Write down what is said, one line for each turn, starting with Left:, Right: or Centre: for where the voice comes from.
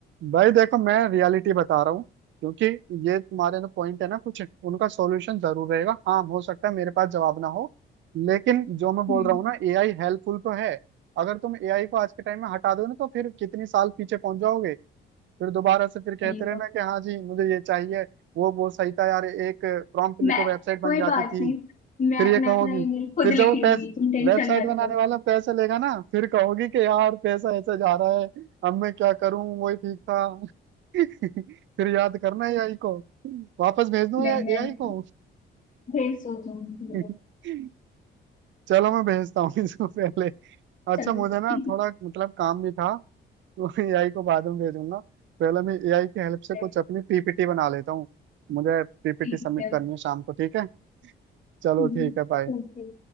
Right: भाई देखो मैं रियलिटी बता रहा हूँ क्योंकि ये तुम्हारे ना पॉइंट है ना कुछ उनका सॉल्यूशन जरूर रहेगा हाँ हो सकता है मेरे पास जवाब ना हो लेकिन जो मैं बोल
Left: हम्म
Right: रहा हूँ ना एआई हेल्पफुल तो है अगर तुम एआई को आज के टाइम में हटा दो ना तो फिर कितनी साल पीछे पहुंच जाओगे फिर दोबारा से फिर कहते
Left: ये
Right: रहना
Left: तो
Right: कि हाँ जी मुझे ये चाहिए वो वो सही था यार एक प्रॉम्प्ट लिखो
Left: मैं
Right: वेबसाइट बन
Left: कोई
Right: जाती
Left: बात
Right: थी
Left: नहीं मैं
Right: फिर ये कहोगी
Left: मैं अपना ईमेल खुद
Right: फिर
Left: लिख
Right: जब वो
Left: लूंगी
Right: पैस
Left: तुम टेंशन
Right: वेबसाइट
Left: मत
Right: बनाने
Left: लो
Right: वाला पैसे लेगा ना फिर कहोगी कि यार पैसा ऐसे जा रहा है अब मैं क्या करूं वही ठीक था <laughs> फिर याद करना एआई को वापस भेज दूं
Left: नहीं
Right: एआई
Left: मैं
Right: को
Left: भेज सोचूंगी
Right: <laughs> चलो मैं भेजता हूँ इसको पहले अच्छा
Left: चलो
Right: मुझे ना
Left: ठीक
Right: थोड़ा मतलब काम भी था तो एआई को बाद में भेजूंगा पहले मैं एआई की हेल्प से
Left: है
Right: कुछ अपनी पीपीटी बना लेता हूँ मुझे पीपीटी
Left: ठीक
Right: सबमिट
Left: है
Right: करनी है शाम को ठीक है चलो
Left: हम्म,
Right: ठीक है बाय
Left: ओके